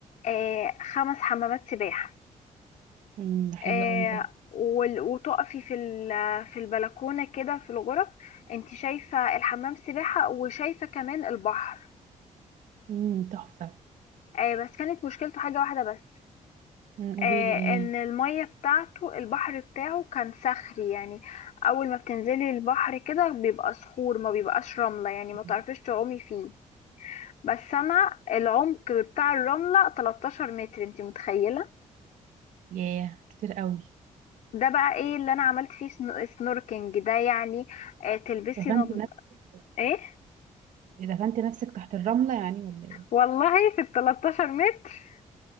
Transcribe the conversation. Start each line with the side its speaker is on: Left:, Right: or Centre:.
Left: آه خمس حمامات سباحة
Right: مم. ده حلو
Left: آه
Right: قوي ده
Left: وال- وتقفي في ال- في البلكونة كده في الغرف انتي شايفة الحمام سباحة وشايفة كمان البحر
Right: مم. تحفه
Left: آه بس كانت مشكلته حاجة واحدة بس
Right: مم. قولي
Left: آه،
Right: لي ايه
Left: ان المية بتاعته البحر بتاعه كان صخري يعني اول ما بتنزلي البحر كده بيبقى صخور ما بيبقاش رملة يعني ما تعرفيش
Right: مم.
Left: تعومي فيه بس انا العمق بتاع الرملة 13 متر انتي متخيلة
Right: ياه كتير قوي
Left: ده بقى ايه اللي انا عملت فيه سنو- سنوركينج ده يعني آه، تلبسي
Right: دفنت
Left: نض...
Right: نفسك
Left: ايه
Right: دفنت نفسك تحت الرمله يعني ولا ايه
Left: والله في ال 13 متر